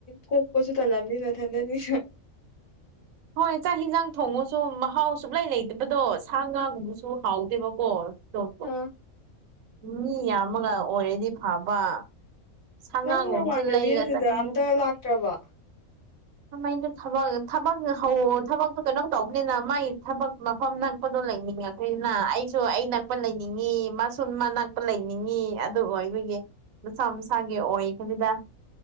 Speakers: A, on the left; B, on the right.
A: ꯀꯣ ꯀꯣꯁꯨ ꯇ ꯂꯝꯅꯤ ꯅ ꯊꯟꯗꯅꯤꯁꯨ
B: ꯍꯣꯏ ꯆꯥꯛ ꯌꯦꯟꯖꯥꯡ ꯊꯣꯡꯉꯁꯨ ꯃꯍꯥꯎ ꯁꯨꯡꯂꯩ ꯂꯩꯇꯕꯗꯣ ꯁꯥ ꯉꯥꯒꯨꯝꯕꯁꯨ ꯍꯥꯎꯗꯦꯕꯀꯣ ꯑꯇꯣꯞꯄ
A: ꯑꯥ
B: ꯃꯤ ꯌꯥꯝꯃꯒ ꯑꯣꯏꯔꯗꯤ ꯐꯕ ꯁꯥ
A: ꯅꯪ
B: ꯉꯥꯒꯨꯝꯕꯁꯨ
A: ꯅꯃꯥꯟꯅꯕꯤ
B: ꯂꯩꯔꯒ
A: ꯑꯗꯨꯗ
B: ꯆꯥꯅꯤꯡꯉꯦ
A: ꯑꯝꯇ ꯂꯥꯛꯇ꯭ꯔꯕ
B: ꯀꯃꯥꯏꯗꯨ ꯊꯕꯛ ꯊꯕꯛ ꯊꯕꯛꯇꯣ ꯀꯩꯅꯣꯝ ꯇꯧꯕꯅꯤꯅ ꯃꯥꯏ ꯊꯕꯛ ꯃꯐꯝ ꯅꯛꯄꯗꯣ ꯂꯩꯅꯤ ꯅꯤꯡꯉꯛꯈꯣꯏꯁꯤꯅ ꯑꯩꯁꯨ ꯑꯩ ꯅꯛꯄ ꯂꯩꯅꯤꯡꯉꯤ ꯃꯁꯨ ꯃꯥ ꯅꯛꯄ ꯂꯩꯅꯤꯡꯉꯤ ꯑꯗꯨꯕꯒꯤ ꯃꯁꯥ ꯃꯁꯥꯒꯤ ꯑꯣꯏ ꯀꯕꯤꯗ